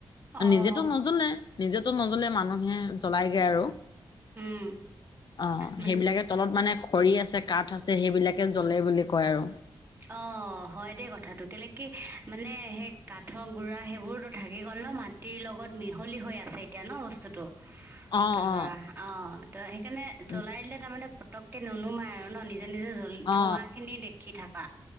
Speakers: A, on the right (about 25°); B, on the left (about 60°).
A: অ',
B: নিজেতো নজ্বলে, নিজেতো নজ্বলে, মানুহে জ্বলাইগৈ আৰু।
A: উম,
B: অ',
A: মানে
B: সেইবিলাকে তলত মানে খৰি আছে কাঠ আছে, সেইবিলাকে জ্বলে বুলি কয় আৰু।
A: অ', হয় দেই কথাটো, কেলে কি মানে সেই কাঠৰ গুড়া সেইবোৰতো থাকি গ'ল ন। ন মাটিৰ লগত মিহলি হৈ আছে এতিয়া ন বস্তুটো।
B: অ
A: ত' ধৰা,
B: অ
A: অ', ত' সেইকাৰণে জ্বলাই
B: উ
A: দিলে তাৰমানে পতককে নুনুমাই আৰু ন, নিজে নিজে জ্বলি
B: অ
A: ধোঁৱা খিনি দেখি থাকা।